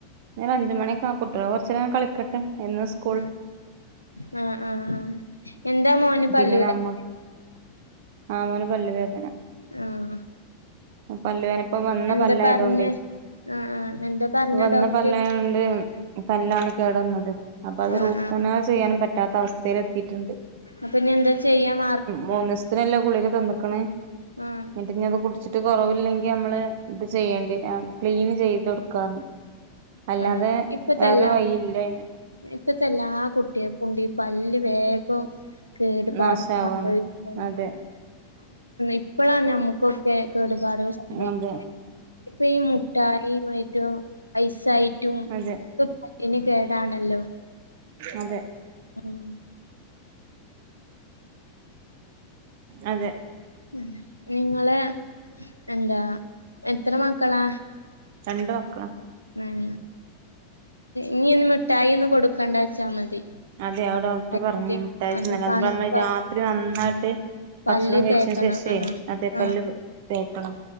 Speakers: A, on the right; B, on the left.
A: ഞങ്ങള് അഞ്ച് മണി ഒക്കെ ആവും കുട്ടികള് കൊറച്ചേരം ഒന്ന് കളിക്കട്ടെ എന്നും സ്‌കൂ
B: ആഹ് ആഹ് ആഹ് എന്താ മോന് പല്ല്
A: പിന്നെ
B: വേദ
A: നമ്മ ആ ഹ് മോന് പല്ല് വേദന
B: ആഹ്
A: പല്ലുവേന ഇപ്പ വന്ന
B: എന്താ
A: പല്ലായതുകൊണ്ടേയ്
B: പറഞ്ഞേ ആഹ് ആഹ് എന്താ പറഞ്ഞേ
A: ഇപ്പംവന്ന
B: ഡോക്ടർ
A: പല്ലായോണ്ട് പല്ലാണ് കേടെന്നത് അപ്പത്
B: ആഹ്
A: റൂട്ട്
B: ആഹ്
A: കനാലും ചെയ്യാൻ പറ്റാത്ത അവസ്ഥേൽ എത്തിട്ടുണ്ട്
B: അപ്പൊ ഇനി എന്താ ചെയ്യാ മാ
A: മൂന്ന് ദിവസത്തിന്ള്ള ഗുളിക തന്ന്‌ക്ക്‌ണ്
B: ആഹ്
A: ഇന്നിട്ടിഞ്ഞത് കുടി ച്ചിട്ട് കൊറവില്ലെങ്കി നമ്മള് ഇത് ചെയ്യേണ്ടി ആ ക്ലീൻ ചെയ്ത് കൊടുക്കാർഞ്ഞു അല്ലാതെ
B: ആഹ് ഇപ്പത്തെ
A: വേറൊരു
B: എല്ലാ
A: വഴി ഇല്ലയ്ന്
B: ഇപ്പത്തെ എല്ലാ കുട്ടിയക്കൊണ്ട് ഈ പല്ല് വേഗോം കേടുപാട്
A: നാശാവാണ്
B: സംഭവിക്ക
A: അതെ
B: ഇപ്പഴാണ് നമ്മുക്കൊക്കെ കേടുപാടുകൾ സംഭവിക്കുന്നെ
A: അതെ
B: ഇപ്പൊ ഈ മുട്ടായി മറ്റോം ഐസായിട്ടും ഒക്കെ
A: അതെ
B: പല്ലിന് കേടാണല്ലോ
A: അതെ
B: ഉം
A: അതെ
B: ഉം നിങ്ങള് എന്താ എത്ര മക്കളാ
A: രണ്ടു മക്കളാ
B: ഉം ഇനി ഒന്ന് മിഠായി ഒന്നും കൊടുക്കണ്ടാ വെച്ചാ മതി
A: അതെ അത് ഡോക്ടർ
B: ഐസ്ക്രീം
A: പറഞ്ഞു മുട്ടായി
B: അത്
A: തിന്നലാ
B: തണുപ്പ
A: അത്പ്പം നമ്മള് രാത്രി നന്നായിട്ട്
B: പല്ല്
A: ഭക്ഷണം കഴിച്ച
B: തേക്കണം
A: ശേഷേ
B: ആഹ്
A: അതെ പല്ലത്
B: ആഹ്
A: തേക്കണം